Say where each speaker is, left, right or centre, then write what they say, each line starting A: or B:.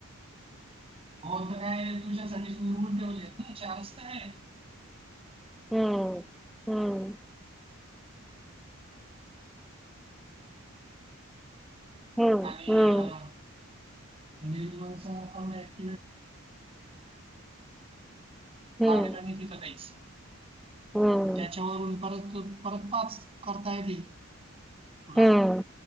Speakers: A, on the right; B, in the centre.
A: <unintelligible> <unintelligible> <unintelligible>
B: हम्म. हम्म. हम्म.
A: आणि
B: हम्म.
A: अ निर्मलचा फोन नाही. <unintelligible>
B: हम्म.
A: आलेलं नाही तिथं काहीच.
B: हम्म.
A: त्याच्यावरून परत परत पाच करता येतील. तुला
B: हम्म.